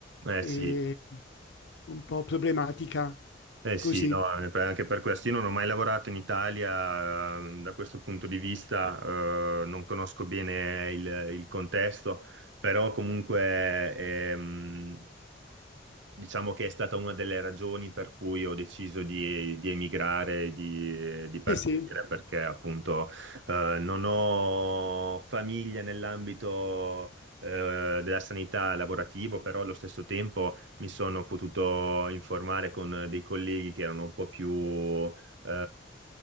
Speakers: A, on the right (about 75°); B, on the left (about 70°).
A: Eh
B: è
A: sì,
B: un po' problematica.
A: Eh
B: Così,
A: sì, no, eh, per- anche per questo. Io non ho mai lavorato in Italia, eh, da questo punto di vista, eh, non conosco bene il, il contesto, però comunque ehm, diciamo che è stata una delle ragioni per cui ho deciso di, di emigrare, di, di partire,
B: sì, sì.
A: perché appunto eh, non ho famiglia nell'ambito eh, della sanità lavorativo, però allo stesso tempo mi sono potuto informare con dei colleghi che erano un po' più eh,